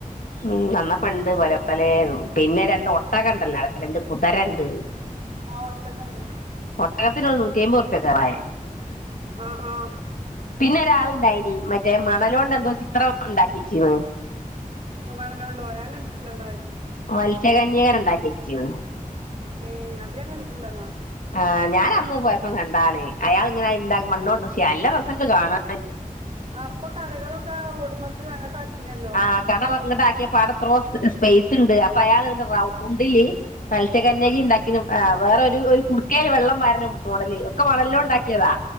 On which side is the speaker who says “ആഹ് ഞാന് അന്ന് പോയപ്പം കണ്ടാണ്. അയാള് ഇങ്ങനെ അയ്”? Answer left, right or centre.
Left